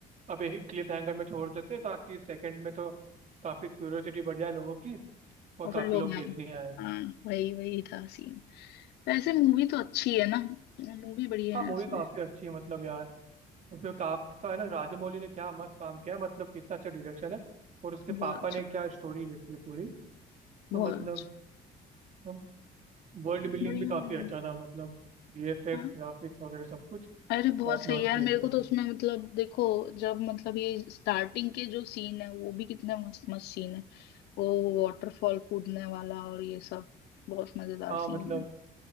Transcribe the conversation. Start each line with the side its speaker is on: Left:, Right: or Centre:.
Right: अब क्लिफ हैंगर में छोड़ देते ताकि सेकंड में तो काफी क्यूरियोसिटी बढ़ जाए लोगों की और
Left: और फिर
Right: काफी
Left: लोग
Right: लोग देखने
Left: आए
Right: आए
Left: हाँ वही वही था सीन वैसे मूवी तो अच्छी है ना मूवी बढ़िया
Right: हाँ
Left: है
Right: मूवी
Left: उसमें
Right: काफी अच्छी है मतलब यार उसमें काफी का है ना राजमौली ने क्या मस्त काम किया है, मतलब कितना अच्छा डायरेक्शन है और उसके
Left: बहुत
Right: पापा
Left: अच्छा
Right: ने क्या स्टोरी लिखी है पूरी तो
Left: बहुत
Right: मतलब
Left: अच्छा
Right: तो वर्ल्ड बिल्डिंग
Left: बढ़िया
Right: भी काफी
Left: है
Right: अच्छा था मतलब वीएफएक्स
Left: हाँ
Right: ग्राफिक्स वगैरह सब कुछ
Left: अरे बहुत
Right: टॉप
Left: सही
Right: नॉच
Left: है यार
Right: थे
Left: मेरे
Right: इसमें
Left: को तो उसमें मतलब देखो जब मतलब ये स्टार्टिंग के जो सीन है वो भी कितना मस्त मस्त सीन है वो वाटरफॉल कूदने वाला और ये सब बहुत मजेदार
Right: हाँ
Left: सीन
Right: मतलब
Left: है